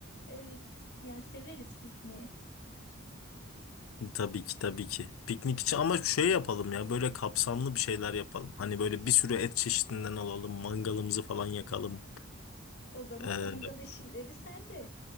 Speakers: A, on the left (about 50°); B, on the left (about 80°).
A: Evet, yani severiz pikniği.
B: Tabii ki tabii ki. Piknik için ama şey yapalım ya böyle kapsamlı bir şeyler yapalım. Hani böyle bir sürü et çeşidinden alalım, mangalımızı falan yakalım.
A: O zaman
B: Ee,
A: mangal işleri sende.